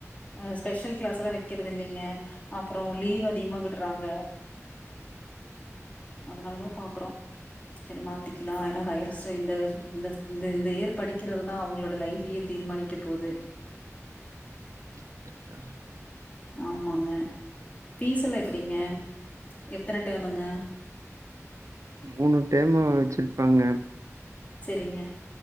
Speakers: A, on the left (about 25°); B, on the right (about 75°).
A: ஆஹ் ஸ்பெஷல் கிளாஸ் எல்லா வேக்கறது இல்லேங்க அப்றோ லீவ் அதிகமா விரறாங்க அதனால தா பாக்கறோ சேரி மாத்திக்கலா ஏன்னா ஹையர் <unintelligible> இந்த இந்த இயற் படிக்கிறது தா அவங்களோட லைஃபையே தீர்மானிக்க போது
B: <unintelligible>
A: ஆமாங்க ஃபீஸ்ஸெல்லா எப்டிங்க எத்தன டேமுங்க
B: மூணு டேமு வச்சிருப்பாங்க
A: சேரிங்க